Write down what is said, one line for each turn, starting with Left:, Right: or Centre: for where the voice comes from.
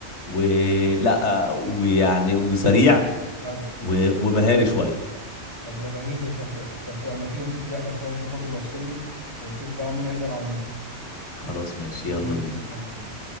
Left: ولا ويعني وسريع
Right: ايوه
Left: و... ومهاري شويه
Right: طب ده جميل ده طب طب ما تيجي نشوف لعبة كده ونشوف برضو مارسيلو ونشوف بقى مين هيقدر على مين
Left: خلاص ماشي
Right: <laughs>
Left: يلا
Right: ماشي
Left: بينا
Right: يلا بينا